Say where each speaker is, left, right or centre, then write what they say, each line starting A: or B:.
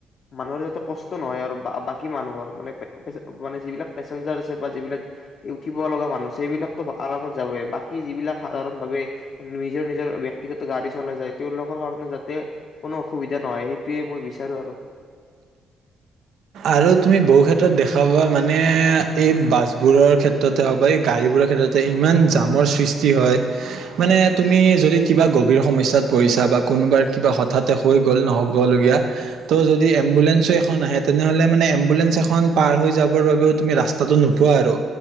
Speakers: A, on the left (about 55°); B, on the right (about 75°).
A: মানুহৰ যাতে কষ্ট নহয় আৰু বাকী মানুহৰ মানে মানে যিবিলাক পেচেঞ্জাৰ আছে বা যিবিলাক উঠিব লগা মানুহ আছে সেইবিলাকতো আৰামত যাবই বাকী যিবিলাক সাধাৰণ ভাৱে নিজৰ নিজৰ ব্যক্তিগত গাড়ী চলাই যায় তেওঁলোকৰ কাৰণে যাতে কোনো অসুবিধা নহয় সেইটোয়ে মই বিচাৰো আৰু
B: আৰু তুমি বহু ক্ষেত্ৰত দেখাবা মানে এই বাছ বোৰৰ ক্ষেত্ৰতে হওক বা এই গাড়ীবোৰৰ ক্ষেত্ৰতে ইমান জামৰ সৃষ্টি হয় মানে তুমি যদি কিবা গভীৰ সমস্যাত পৰিছা বা কোনোবাৰ কিবা হঠাতে হৈ গ'ল নহ'ব লগীয়াত' যদি এম্বুলেঞ্চো এখন আহে তেনেহ'লে মানে এম্বুলেঞ্চ এখন পাৰ হৈ যাবৰ বাবেও তুমি ৰাস্তাটো নোপোৱা আৰু